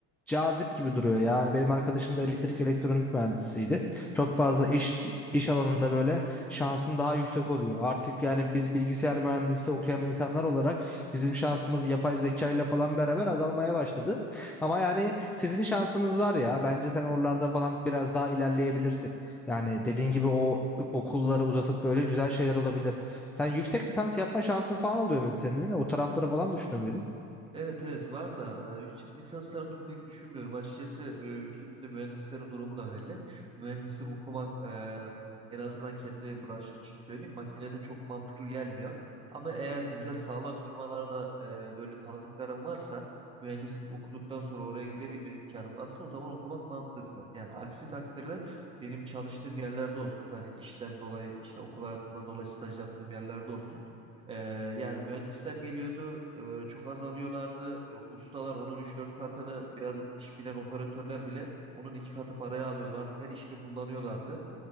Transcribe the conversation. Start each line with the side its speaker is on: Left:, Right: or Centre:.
Centre: cazip gibi duruyor. Yani benim arkadaşım da elektrik elektronik mühendisiydi. Çok fazla iş iş alanında böyle şansın daha yüksek oluyor. Artık yani biz bilgisayar mühendisi okuyan insanlar olarak bizim şansımız yapay zeka ile falan beraber azalmaya başladı. Ama yani sizin şansınız var ya. Bence sen oralarda falan biraz daha ilerleyebilirsin. Yani dediğin gibi o okulları uzatıp böyle güzel şeyler olabilir. Sen yüksek lisans yapma şansın falan oluyor muydu senin? O tarafları falan düşünüyor muydun?
Right: Evet evet var da e, yüksek lisans tarafını pek düşünmüyorum. Açıkçası e, ülkemizde mühendislerin durumu da belli. Mühendislik okumak e, en azından kendi branşım için söyleyeyim makinede çok mantıklı gelmiyor. Ama eğer güzel sağlam firmalarda e, böyle tanıdıkların varsa mühendislik okuduktan sonra oraya girebilme imkanın varsa o zaman okumak mantıklı. Yani aksi takdirde benim çalıştığım yerlerde olsun hani işten dolayı işte okul hayatımdan dolayı staj yaptığım yerlerde olsun. Ee, yani mühendisler geliyordu, e, çok az alıyorlardı. E, ustalar onun üç dört katını, biraz iş bilen operatörler bile onun 2 katı paraya alıyorlar. Her işte kullanıyorlardı.